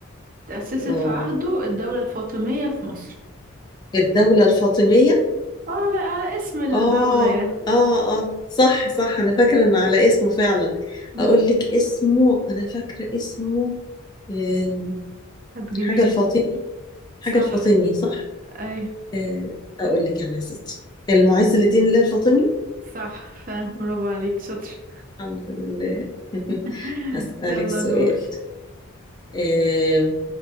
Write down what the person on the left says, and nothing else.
آه
الدولة الفاطمية
آه
آه آه صح صح أنا فاكرة إن على اسمه فعلا
أقول لك اسمه أنا فاكرة اسمه آه
حاجة الفاطمي حاجة
الفاطمي صح
آه، أقول لك أنا يا ستي المعز لدين الله الفاطمي
الحمد لله <laughs>
أسألك
سؤال
آه،